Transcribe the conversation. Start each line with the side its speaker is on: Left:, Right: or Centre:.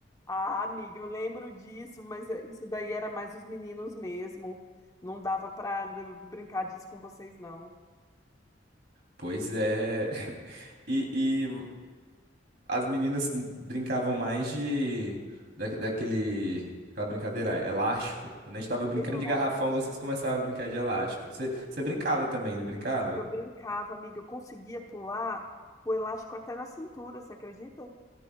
Left: Ah, amiga, eu lembro disso, mas é- isso daí era mais os meninos mesmo. Não dava pra d- brincar disso com vocês, não.
Right: Pois é. <laughs> E, e as meninas brincavam mais de da, daquele aquela brincadeira elástico. Quando a gente tava brincando
Left: Relaxa.
Right: de garrafão, vocês começavam a brincar de elástico. Você você brincava também, não brincava?
Left: Eu brincava, amiga, eu conseguia pular o elástico até na cintura, você acredita?